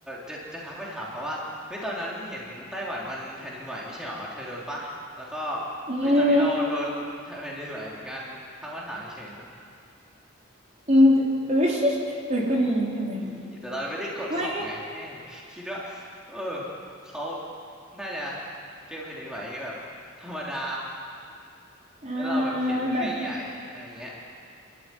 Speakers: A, in the centre; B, on the right.
A: จะจะทักไปถามเขาว่าเฮ้ยตอนนั้นเห็นไต้หวันมันแผ่นดินไหวไม่ใช่หรอเธอโดนปะแล้วก็
B: อืม
A: เอ้ยตอนนี้เราโดนแผ่นดินไหวเหมือนกันทักมาถามเฉยๆนะ
B: อืมเอ้ยเอ้ยก็ดีเห็นไหม
A: นี่แต่ตอนไม่ได้กดส่งไงแม่งคิดว่าเออ
B: ไม่
A: เขาน่าจะเจอแผ่นดินไหวแบบธรรมดา
B: เออ
A: แล้วเราแบบเห็นเป็นเรื่องใหญ่อะไรเงี้ย
B: แบบ